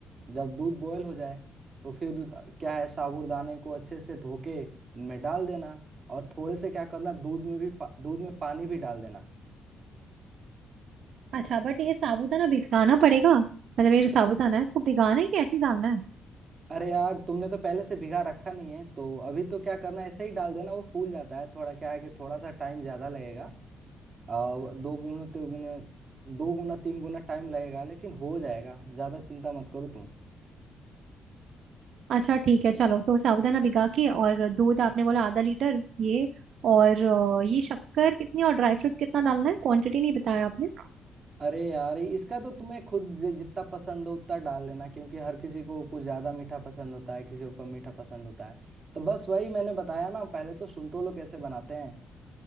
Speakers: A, on the right (about 35°); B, on the right (about 70°).
A: जब दूध बॉयल हो जाए तो फिर अ, क्या है साबूदाने को अच्छे से धो के में डाल देना और थोड़े से क्या करना दूध में भी पा, दूध में पानी भी डाल देना
B: अच्छा बट ये साबूदाना भिगाना पड़ेगा मतलब ये जो साबूदाना है इसको भिगाना है कि ऐसे ही डालना है
A: अरे यार तुमने तो पहले से भिगा रखा नहीं है तो अभी तो क्या करना ऐसे ही डाल देना वो फूल जाता है थोड़ा क्या है कि थोड़ा सा टाइम ज्यादा लगेगा अ, दो गुना तीन गुना दो गुना तीन गुना टाइम लगेगा लेकिन हो जाएगा ज्यादा चिंता मत करो तुम
B: अच्छा ठीक है चलो तो साबूदाना भिगा के और दूध आपने बोला आधा लीटर ये और अ, ये शक्कर कितनी और ड्राई फ्रूट्स कितना डालना है क्वांटिटी नहीं बताया आपने
A: अरे यार इसका तो तुम्हें खुद जि- जितना पसंद हो उतना डाल लेना क्योंकि हर किसी को कुछ ज्यादा मीठा पसंद होता है किसी को कम मीठा पसंद होता है तो बस वही मैंने बताया ना पहले तो संतोलो कैसे बनाते हैं